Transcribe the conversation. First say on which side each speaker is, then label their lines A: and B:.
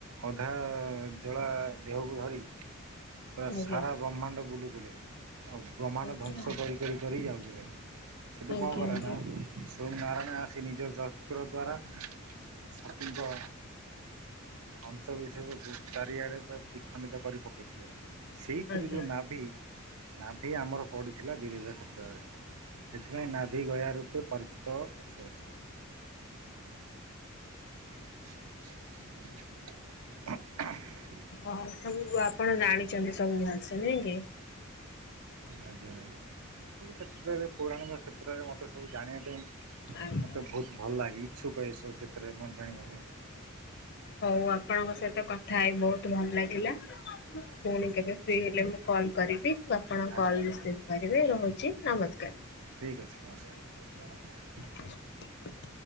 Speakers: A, on the right; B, on the left.
A: ଅଧା ଜଳା ଦେହକୁ ଧରିକି ପୁରା
B: ଆଜ୍ଞା
A: ସାରା ବ୍ରହ୍ମାଣ୍ଡ ବୁଲୁଥିଲେ। ଆଉ ବ୍ରହ୍ମାଣ୍ଡ
B: ଆଜ୍ଞା
A: ଧ୍ୱସଂ କରି କରି କରି ଯାଉଥିଲେ। ସେଠୁ
B: ଆଜ୍ଞା
A: କଣ କଲା
B: ଆଜ୍ଞା
A: ନା ସ୍ୱଂ ନାରାୟଣ ଆସି ନିଜ ଚକ୍ର ଦ୍ଵାରା ସତୀ ଅଂଶ ବିିଶେଷ ଚାରିଆଡ଼େ ପୁରା ବିଖଣ୍ଡିତ କରି ପକାଇଥିଲେ। ସେଇଥିରୁ
B: ଆଜ୍ଞା।
A: ଯୋଉ ନାଭି ନାଭି ଆମର ପଡ଼ିଥିଲା ବିରଜା କ୍ଷେତ୍ରରେ। ସେଥିପାଇଁ ନାଭି ଗୟା ରୂପେ ପରିଚିତ ଏଠି ଅଛି। <unintelligible>
B: ହଉ ସବୁ ଆପଣ ଜାଣିଛନ୍ତି ସବୁ ଭସେ ନି କି?
A: ଆଜ୍ଞା ଆଜ୍ଞା ଏସବୁ କ୍ଷେତ୍ରରେ ପୌରାଣିକ କ୍ଷେତ୍ରରେ ମୋତେ ସବୁ ଜାଣିବା ପାଇଁ
B: ଆଜ୍ଞା।
A: ମତେ ବହୁତ ଭଲ ଲାଗେ। ଇଚ୍ଛୁକ ଏ ସବୁ କ୍ଷେତ୍ରରେ ଜାଣିବା ପାଇଁ।
B: ହଉ ଆପଣଙ୍କ ସହିତ କଥା ହେଇ ବହୁତ ଭଲ ଲାଗିଲା। ପୁଣି କେବେ ଫ୍ରି ହେଲେ ମୁଁ କଲ୍ କରିବି ଆପଣ କଲ୍
A: ଆଜ୍ଞା
B: ରିସିଭ୍ କରିବେ ରହୁଛି ନମସ୍କାର।
A: ଠିକ୍ ଅଛି, ନମସ୍କାର।
B: <unintelligible>
A: <unintelligible>